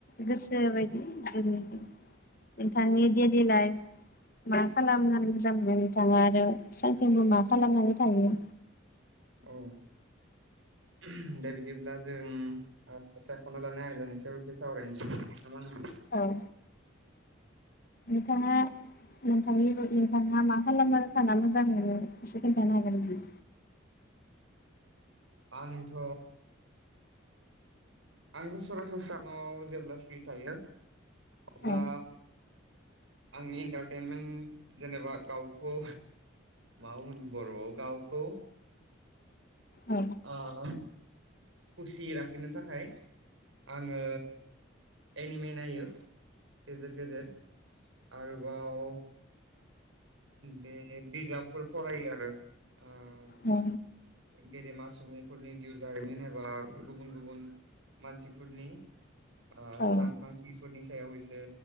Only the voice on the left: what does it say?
गोसो बाय उम जेरै नोंथांनि डैलि लाइफ मा खालामनानै मोजां मोनो नोंथाङा आरो सानफ्रोमबो मा खालामनानै थायो
औ नोंथाङा नोंथांनि नोंथाङा मा खालामनो थाना मोजां मोनो एसे खिन्थानो हागोन ना?
औ
औ
अ
औ